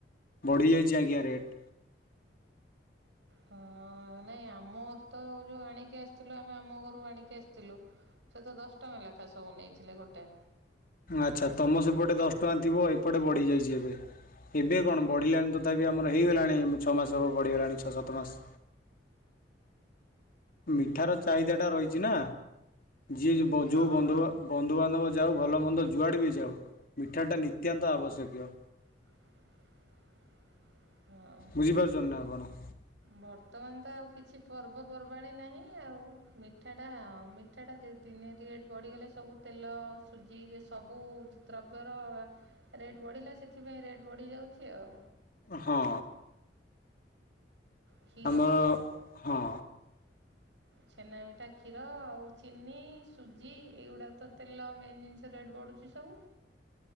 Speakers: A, on the left; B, on the right.
A: ବଢ଼ିଯାଇଛି ଆଜ୍ଞା ରେଟ୍।।
B: ହଁ ଅ ନାଇଁ ଆମ ଘର ତ ଯୋଉ ଆଣିକି ଆସିଥିଲୁ ଆମେ ଆମ ଘରୁ ଆଣିକି ଆସିଥିଲୁ। ସେ ତ ଦଶ ଟଙ୍କା ଲେଖା ସବୁ ନେଇଥିଲେ ଗୋଟେ।
A: ଆଚ୍ଛା ତମ ସେପଟେ ଦଶ ଟଙ୍କା ଥିବ ଏପଟେ ବଢ଼ିଯାଇଛି ଏବେ। ଏବେ କଣ ବଢ଼ିଲାଣି ତଥାପି ଆମର ହେଇଗଲାଣି ଛଅ ମାସ ହେବ ବଢ଼ିଗଲାଣି ଛଅ ସାତ ମାସ। ମିଠାର ଚାହିଦାଟା ରହିଛି ନା ଯିଏ ଯ
B: ହଁ।
A: ଯୋଉ ବନ୍ଧୁଘ ବନ୍ଧୁବାନ୍ଧବ ଯାଉ ଭଲ ମନ୍ଦ ଯୁଆଡ଼େ ବି ଯାଉ ମିଠାଟା ନିତ୍ୟାନ୍ତ ଆବଶ୍ୟକୀୟ।
B: <inaudible> ହଁ।
A: ବୁଝିପାରୁଛନ୍ତି ନା ଆପଣ?
B: ବର୍ତ୍ତମାନ ତ ଆଉ କିଛି ପର୍ବପର୍ବାଣୀ ନାହିଁ ଆଉ ମିଠାଟା ଅ ମି ଠାଟା ଦିନେ ରେଟ୍ ବଢ଼ିଗଲେ ସବୁ ତେଲ ସୁଜି ସବୁ ଦ୍ରବ୍ୟର ରେଟ୍ ବଢ଼ିଲା ସେଥିପାଇଁ ରେଟ୍ ବଢ଼ିଯାଉଛି ଆଉ।
A: ହଁ
B: କ୍ଷୀର
A: ଆମର ହଁ।
B: ଛେନା ମିଠା କ୍ଷୀର ଆଉ ଚିନି ସୁଜି ଏଇଗୁଡ଼ାକ ତ ତେଲ ମେନ୍ ଜିନିଷ ରେଟ୍ ବଢୁଛି। ସେସବୁ